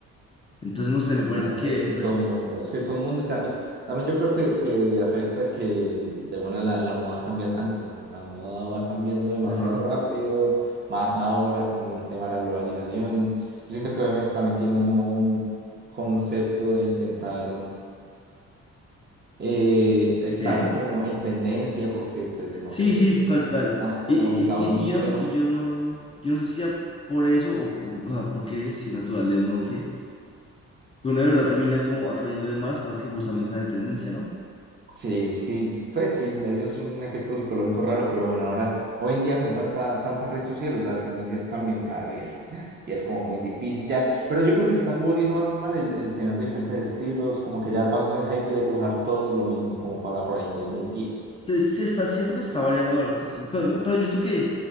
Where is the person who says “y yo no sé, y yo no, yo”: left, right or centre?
Left